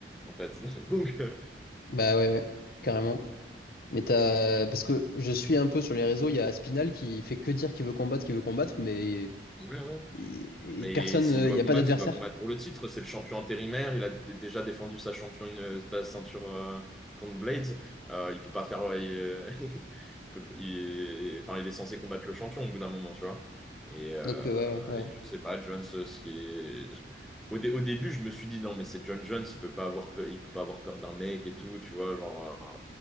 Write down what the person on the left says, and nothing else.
Bah ouais, ouais, carrément. Mais t'as... Parce que je suis un peu sur les réseaux, il y a Spinal qui fait que dire qu'il veut combattre, qu'il veut combattre, mais
et-
et personne,
euh,
il n'y
a pas d'adversaire.
Donc, euh, ouais, ouais,